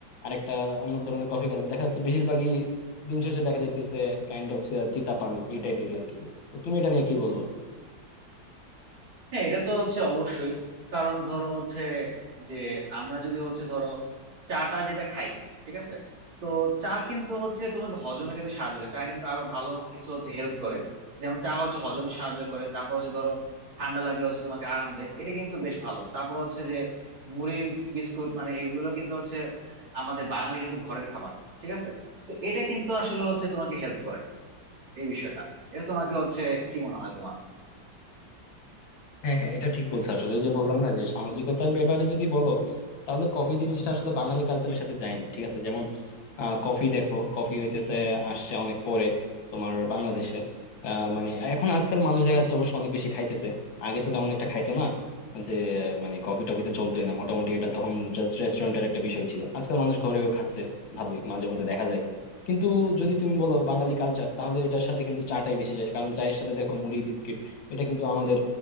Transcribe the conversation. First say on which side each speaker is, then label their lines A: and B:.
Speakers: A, on the left; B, on the right.
A: আরেকটা অন্য ধরনের কফি খেলাম দেখা যাচ্ছে বেশিরভাগই দিন শেষে দেখা যাইতেছে কাইন্ড অফ তিতা পানি এই টাইপেরই আর কি তো তুমি এটা নিয়ে কি বলবো
B: হ্যাঁ এটা তো হচ্ছে অবশ্যই কারণ ধরো হচ্ছে যে আমরা যদি হচ্ছে ধরো চাটা যেটা খাই ঠিক আছে তো চা কিন্তু হচ্ছে তোমাকে হজমে কিন্তু সাহায্য করে চা কিন্তু আরো ভালো কিছু হচ্ছে হেল্প করে যেমন চা হচ্ছে হজমে সাহায্য করে তারপর হচ্ছে ধরো ঠান্ডা লাগলে হচ্ছে তোমাকে আরাম দেয় এটা কিন্তু বেশ ভালো তারপর হচ্ছে যে মুড়ি বিস্কুট মানে এগুলো কিন্তু হচ্ছে আমাদের বাঙালি কিন্তু ঘরের খাবার ঠিক আছে তো এটা কিন্তু আসলে হচ্ছে তোমাকে হেল্প করে এই বিষয়টা এটা তোমাকে হচ্ছে কি মনে হয় তোমার
A: হ্যাঁ হ্যাঁ এটা ঠিক বলছো আসলে এই যে বললাম না যে সামাজিকতার ব্যাপারে যদি বলো তাহলে কফি জিনিসটা আসলে বাঙালি কালচারের সাথে যায় না ঠিক আছে যেমন আহ, কফি দেখো কফি হইতেছে আসছে অনেক পরে তোমার বাংলাদেশে আহ, মানে এখন আজকাল মানুষ দেখা যাচ্ছে অবশ্য অনেক বেশি খাইতেছে আগে তো তেমন একটা খাইতো না যে মানে কফি টফি তো চলতোই না মোটামুটি এটা তখন জাস্ট রেস্টুরেন্টের একটা বিষয় ছিল আজকাল মানুষ ঘরেও খাচ্ছে ভালোই মাঝে মধ্যে দেখা যায় কিন্তু যদি তুমি বলো বাঙালি কালচার তাহলে এটার সাথে কিন্তু চাটাই বেশি যায় কারণ চায়ের সাথে দেখো মুড়ি বিস্কিট এটা কিন্তু আমাদের